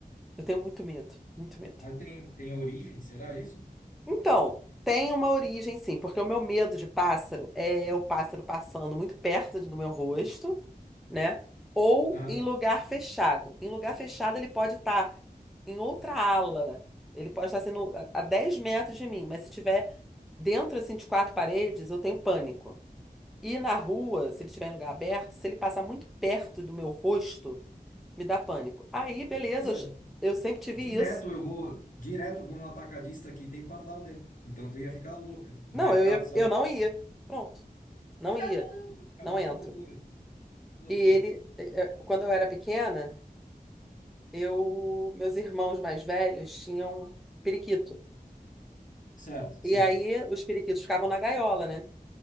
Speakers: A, in the centre; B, on the left (about 55°).
A: Eu tenho muito medo, muito medo.
B: Mas tem, tem origem, será isso?
A: Então, tem uma origem sim, porque o meu medo de pássaro é o pássaro passando muito perto do meu rosto, né? Ou
B: Aham.
A: em lugar fechado. Em lugar fechado, ele pode estar em outra ala. Ele pode estar sendo a a 10 metros de mim, mas se tiver dentro assim de quatro paredes, eu tenho pânico. E na rua, se ele estiver em lugar aberto, se ele passar muito perto do meu rosto, me dá pânico. Aí, beleza,
B: Nossa,
A: eu, j-
B: di-
A: eu sempre tive
B: direto
A: isso.
B: eu vou, direto eu vou no atacadista aqui, tem pardal dentro. Então tu ia ficar louca no
A: Não,
B: mercado,
A: eu ia,
B: sabe?
A: eu não ia. Pronto, não
B: Caramba,
A: ia,
B: cara,
A: não entro.
B: que loucura, que loucura.
A: E ele, eh, eh, quando eu era pequena, eu, meus irmãos mais velhos tinham periquito.
B: Certo,
A: E
B: certo.
A: aí os periquitos ficavam na gaiola, né?